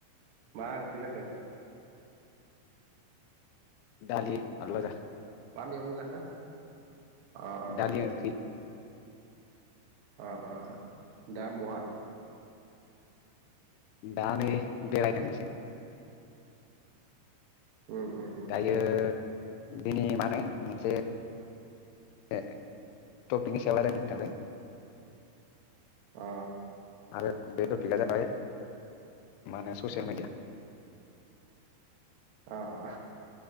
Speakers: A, on the right; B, on the left.
A: मा ओंख्रि जाखो?
B: दालि आलुभाजा
A: मा मैगं जाखो अ अ
B: दालि ओंख्रि
A: ओ ओ दा बहा?
B: दा नै बेरायदों एसे।
A: उम उम उम उम
B: बियो बिनि मा होनो मोनसे ओ टपिकनि सायाव रायलायनि नोंथांजों।
A: ओ
B: आरो बे टपिकआ जाबाय मा होनो ससियेल मिडिया।
A: ओ ओ